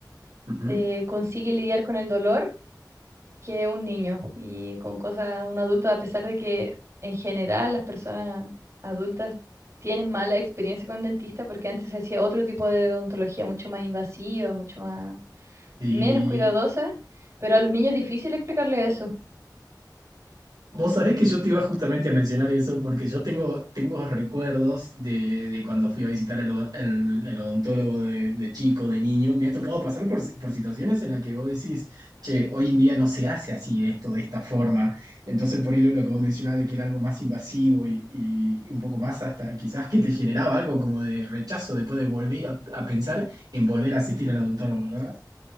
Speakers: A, on the right; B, on the right.
A: Ujú.
B: eh, consigue lidiar con el dolor que un niño y con cosas, un adulto, a pesar de que en general las personas adultas tienen mala experiencia con dentista porque antes se hacía otro tipo de odontología mucho más invasiva, mucho más
A: Y
B: menos cuidadosa, pero a los niños es difícil explicarle eso.
A: Vos sabés que yo te iba justamente a mencionar eso porque yo tengo, tengo recuerdos de, de cuando fui a visitar al, od- al- al odontólogo de, de chico, de niño. Me ha tocado pasar por, si- por situaciones en las que vos decís, che, hoy en día no se hace así esto, de esta forma. Entonces, por ahí lo, lo que vos mencionás de que era algo más invasivo y, y un poco más hasta quizás que te generaba algo como de rechazo después de volver a, a pensar en volver a asistir al odontólogo, ¿verdad?